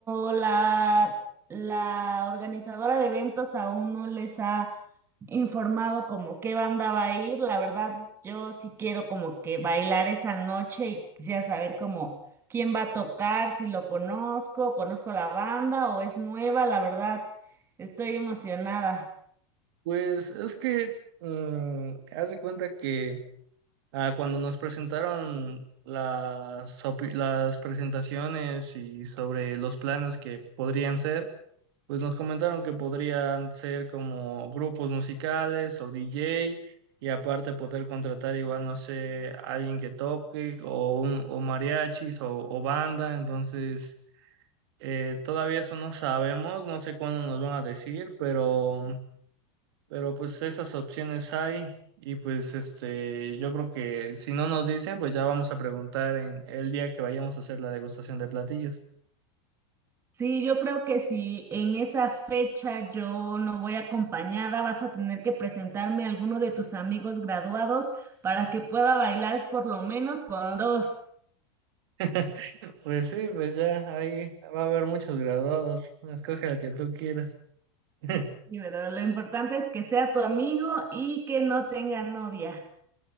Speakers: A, on the right; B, on the right.
A: o la, la organizadora de eventos aún no les ha informado como qué banda va a ir. La verdad, yo sí quiero como que bailar esa noche y quisiera saber como quién va a tocar, si lo conozco, conozco la banda o es nueva. La verdad, estoy emocionada.
B: Pues es que mm, haz de cuenta que ah, cuando nos presentaron las, opi- las presentaciones y sobre los planes que podrían ser, pues nos comentaron que podrían ser como grupos musicales o DJ y aparte poder contratar igual, no sé, alguien que toque o, un- o mariachis o, o banda. Entonces, eh, todavía eso no sabemos, no sé cuándo nos van a decir, pero, pero pues esas opciones hay. Y pues este, yo creo que si no nos dicen, pues ya vamos a preguntar en el día que vayamos a hacer la degustación de platillos.
A: Sí, yo creo que si en esa fecha yo no voy acompañada, vas a tener que presentarme a alguno de tus amigos graduados para que pueda bailar por lo menos con dos.
B: <laughs> Pues sí, pues ya ahí va a haber muchos graduados. Escoge al que tú quieras. <laughs>
A: Y verdad, lo importante es que sea tu amigo y que no tenga novia.